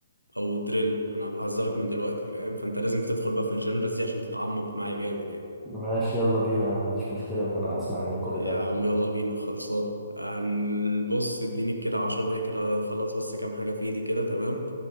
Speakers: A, on the right; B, in the centre.
A: او دريل انا بهزرك من دلوقتي فاهم فانت لازم تدخل بقى في الجنرز دي عشان تتعمق معايا جامد يعني
B: ماشي يلا بينا ما عنديش مشكله ان انا اسمع يعني كل
A: يا
B: ده
A: عم يلا بينا خلصان هنبص اديني كده 10 دقايق كده اخلص بس كام حاجه في ايدي كده تمام